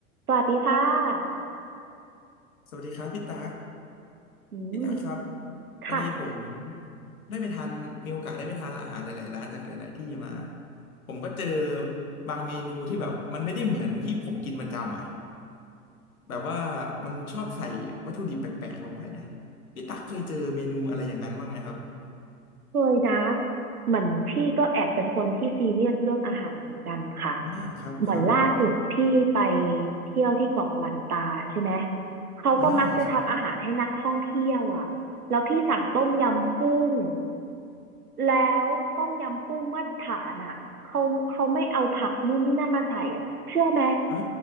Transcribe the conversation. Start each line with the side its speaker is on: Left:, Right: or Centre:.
Right: สวัสดีค่ะ
Left: สวัสดีครับพี่ตั๊ก
Right: อืม
Left: พี่ตั๊กครับ
Right: ค่ะ
Left: พอดีผมได้ไปทานมีโอกาสได้ไปทานอาหารหลายๆร้านจากหลายๆที่มาผมก็เจอบางเมนูที่แบบมันไม่ได้เหมือนที่ผมกินประจำอ่ะแบบว่ามันชอบใส่วัตถุดิบแปลกๆลงไปเนี่ยพี่ตั๊กเคยเจอเมนูอะไรอย่างนั้นบ้างไหมครับ
Right: เคยนะเหมือนพี่ก็แอบเป็นคนที่ซีเรียสเรื่องอาหารเหมือนกันค่ะ
Left: อ่าครับครับผม
Right: เหมือนล่าสุดพี่ไปเที่ยวที่เกาะลันตาใช่ไหมเขาก็มักจะทำอาหารให้นักท่องเที่ยวอ่ะแล้วพี่สั่งต้มยำกุ้ง
Left: อ่าครับ
Right: แล้วต้มยำกุ้งมาตรฐานอ่ะเขาเขาไม่เอาผักนู่นนี่นั่นมาใส่อ่ะเชื่อไหม
Left: อ่า